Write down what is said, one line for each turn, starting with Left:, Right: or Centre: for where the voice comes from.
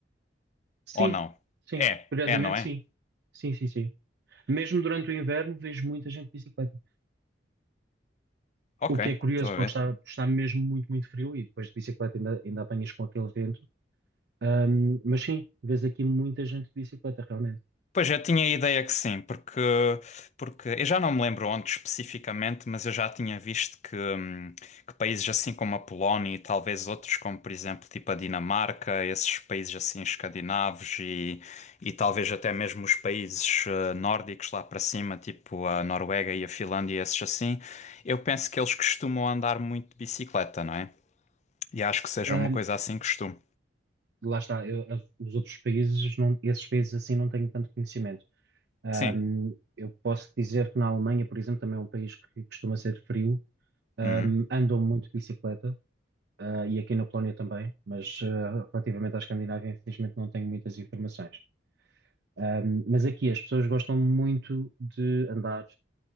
Right: Sim,
Left: ou não?
Right: sim,
Left: É,
Right: curiosamente
Left: é, não é?
Right: sim. Sim, sim, sim. Mesmo durante o inverno vejo muita gente de bicicleta.
Left: Ok,
Right: O que é curioso
Left: estou a ver.
Right: porque está, está mesmo muito, muito frio e depois de bicicleta ainda, ainda apanhas com aquele vento Ahm, mas sim, vês aqui muita gente de bicicleta, realmente.
Left: Pois eu tinha a ideia que sim, porque, porque eu já não me lembro onde especificamente, mas eu já tinha visto que, hum, que países assim como a Polónia e talvez outros, como por exemplo tipo a Dinamarca, esses países assim escandinavos e, e talvez até mesmo os países eh, nórdicos lá para cima, tipo a Noruega e a Finlândia, esses assim, eu penso que eles costumam andar muito de bicicleta, não é? E acho que seja
Right: Ahm,
Left: uma coisa assim costume.
Right: lá está, eu- as- os outros países, não- esses países assim não tenho tanto conhecimento. Ahm,
Left: Sim.
Right: eu posso dizer que na Alemanha, por exemplo, também é um país que costuma ser frio, ahm,
Left: Hum.
Right: andam muito de bicicleta, ah, e aqui na Polónia também, mas ah, relativamente à Escandinávia, infelizmente não tenho muitas informações. Ahm, mas aqui as pessoas gostam muito de andar,